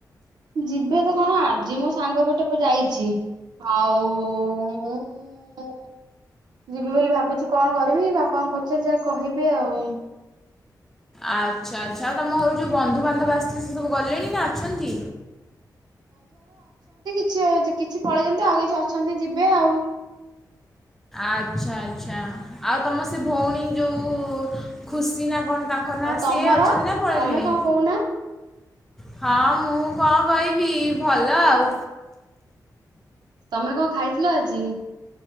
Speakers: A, on the right (about 80°); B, in the centre.
A: ଯିବେ ତ କଣ ଆଜି ମୋ ସାଙ୍ଗ ଗୋଟେ ଯାଇଚି ଆଉ ମୁଁ ଉ ଉ ଯିବି ବୋଲି ଭାବୁଚି କଣ କରିବି ବାପାଙ୍କୁ ପଚାରି ଯା କହିବେ ଆଉ।
B: ଆଚ୍ଛା ଆଚ୍ଛା ଆଉ ତମ ଘରକୁ ଯେଉଁ ବନ୍ଧୁବାନ୍ଧବ ଆସିଥିଲେ ସେ ସବୁ ଗଲେଣି ନା ଅଛନ୍ତି?
A: ଛି କିଛି ପଳେଇଛନ୍ତି ଆଉ କିଛି ଅଛନ୍ତି ଯିବେ ଆଉ।
B: ଆଚ୍ଛା ଆଚ୍ଛା ଆଉ ତମ ସେ ଭଉଣୀ ଯୋଉ ଉ ଖୁସି ନା କଣ ତାଙ୍କ ନାଁ
A: ଆଉ ତମର
B: ସିଏ ଅଛନ୍ତି ନା ପଳେଇଲେଣି?
A: ତମେ କଣ କହୁନା?
B: ହଁ ମୁଁ କଣ କହିବି ଭଲ ଆଉ।
A: ତମେ କଣ ଖାଇଥିଲ ଆଜି?